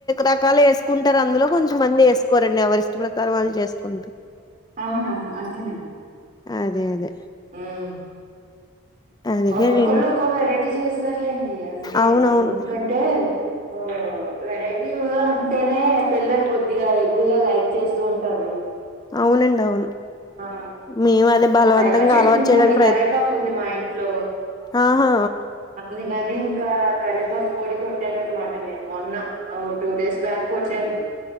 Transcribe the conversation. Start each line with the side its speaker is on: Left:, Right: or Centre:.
Left: రకాలు వేసుకుంటారు అందులో కొంచెంమంది వేసుకోరండి ఎవరి ఇష్ట ప్రకారం వాళ్ళు చేసుకుంటారు
Right: అవునవును అంతేనే
Left: అదే అదే
Right: ఉమ్
Left: అందుకే
Right: ఒక్కొక్కళ్ళు
Left: నేను
Right: ఒక్కొ వెరైటీ చేస్తారులేండి అంతే
Left: అవునవును
Right: ఎందుకంటే అంటే ఆ వెరైటీ లో ఉంటేనే పిల్లలు కొద్దిగా ఎక్కువగా లైక్ చేస్తూ ఉంటారు
Left: అవునండి అవును
Right: ఆ
Left: మేము అదే బలవంతంగా
Right: పైగా చట్ని
Left: అలవాటు చేయడానికి
Right: బోలేడు కరేపాకు ఉంది మా ఇంట్లో
Left: ఆ ఆ
Right: అందుకని ఇంకా కరివేపాకు పొడి కొట్టాను అన్నమాట నేను మొన్న ఓ టుూ డేస్ బ్యాక్ కొట్టాను